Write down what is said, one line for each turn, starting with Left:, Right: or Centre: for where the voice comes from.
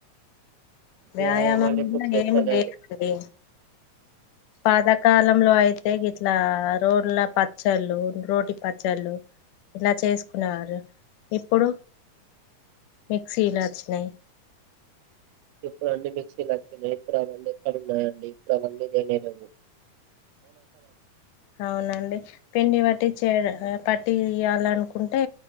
Left: వ్యాయామం
Right: వ్యాయామాలు ఇప్పుడు చేస్తలేరు
Left: ఏమి లేదండి పాతకాలంలో గిట్లా రోళ్ళ పచ్చళ్ళు రోటి పచ్చళ్ళు ఇలా చేసుకునేవారు ఇప్పుడు మిక్సీలాచిన్నయ్
Right: ఇప్పుడండి మిక్సీలచ్చినయి ఇప్పుడు అవన్నీ ఎక్కడ ఉన్నాయండి ఇప్పుడు అవన్నీ లేనే లెవ్వు
Left: అవునండి పిండి పటిచేద పట్టి తీయ్యాలనుకుంటే